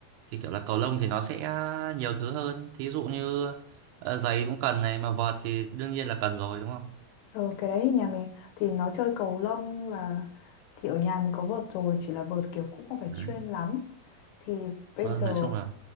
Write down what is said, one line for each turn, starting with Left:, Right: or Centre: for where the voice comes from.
Right: thì kiểu là cầu lông thì nó sẽ nhiều thứ hơn thí dụ như ờ, giày cũng cần này mà vợt thì đương nhiên là cần rồi đúng không
Left: ờ, cái đấy thì nhà mình thì nó chơi cầu lông là thì ở nhà mình có vợt rồi chỉ là vợt kiểu cũng không phải
Right: đấy
Left: chuyên lắm thì bây
Right: vâng
Left: giờ
Right: nói chung là